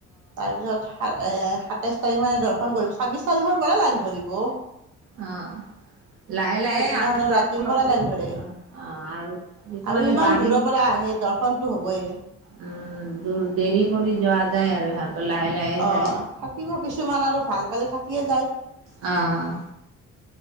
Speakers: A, on the right (about 85°); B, on the right (about 50°).
A: তাৰপিছত <unintelligible> এ সাতাইছ তাৰিখ মানে দৰ্শন কৰিব ছাব্বিশ তাৰিখৰ পৰা লাইন ধৰিব।
B: অ'অঁ লাহে লাহে
A: সেইদিনাখন
B: <unintelligible> অঁ',
A: আৰু ৰাতিৰ পৰা লাইন ধৰে
B: অঁ আৰু কিছুমানে
A: আৰু ইমান
B: গাড়ী
A: দূৰৰ পৰা আহে দৰ্শনটো হ'বই
B: উম' দু-দেৰি কৰি যোৱা যায় আৰু। <unintelligible> লাহে
A: অঁ',
B: যায়
A: থাকিব <unintelligible> কিছুমান আৰু ভাল পালে থাকিয়ে যায়
B: অঁ',।